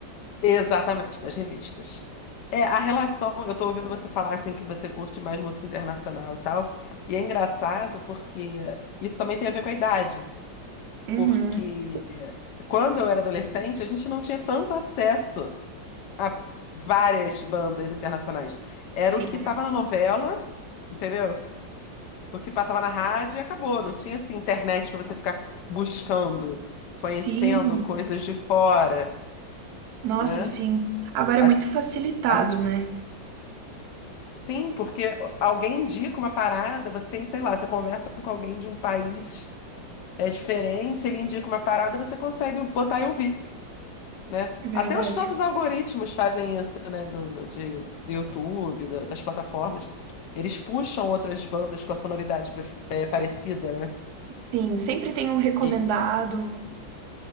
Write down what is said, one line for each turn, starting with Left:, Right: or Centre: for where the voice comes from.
Left: Exatamente, das revistas. É, a relação, eu tô ouvindo você falar assim que você curte mais música internacional e tal, e é engraçado porque isso também tem a ver com a idade,
Right: Uhum.
Left: porque quando eu era adolescente, a gente não tinha tanto acesso a várias bandas internacionais.
Right: Sim,
Left: Era o que tava na novela, entendeu? O que passava na rádio e acabou. Não tinha assim internet para você ficar buscando,
Right: sim.
Left: conhecendo coisas de fora,
Right: Nossa,
Left: né?
Right: sim. Agora
Left: A,
Right: é muito facilitado,
Left: a gente
Right: né?
Left: Sim, porque alguém indica uma parada, você tem, sei lá, você conversa com alguém de um país é, diferente, ele indica uma parada, você consegue botar e ouvir, né?
Right: É Verdade.
Left: Até os próprios algoritmos fazem isso, né? Do, de, do YouTube, da- das plataformas. Eles puxam outras bandas com a sonoridade prefe- é, parecida, né?
Right: Sim, sempre tem um recomendado.
Left: E,